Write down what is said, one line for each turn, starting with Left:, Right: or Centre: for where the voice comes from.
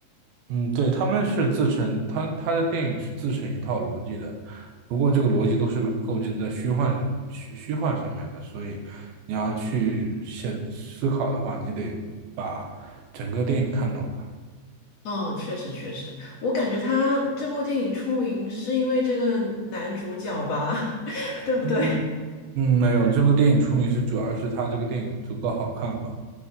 Right: 嗯，对，他们是自成，他他的电影是自成一套逻辑的，不过这个逻辑都是构建在虚幻虚虚幻上面的，所以你要去写思考的话，你得把整个电影看懂吧。
Left: 嗯，确实确实，我感觉他这部电影出名是因为这个男主角吧，<laughs> 对不对？
Right: 嗯嗯，没有，这部电影出名是主要是他这个电影足够好看吧，